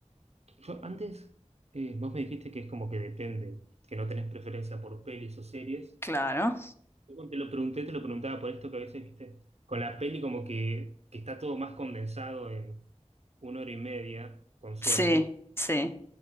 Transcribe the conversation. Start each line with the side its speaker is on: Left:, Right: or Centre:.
Right: yo antes eh, vos me dijiste que es como que depende, que no tenés preferencia por pelis o series.
Left: Claro.
Right: Yo cuando te lo pregunté, te lo preguntaba por esto que a veces, viste, con la peli como que, que está todo más condensado en una hora y media, con suerte,
Left: Sí, sí.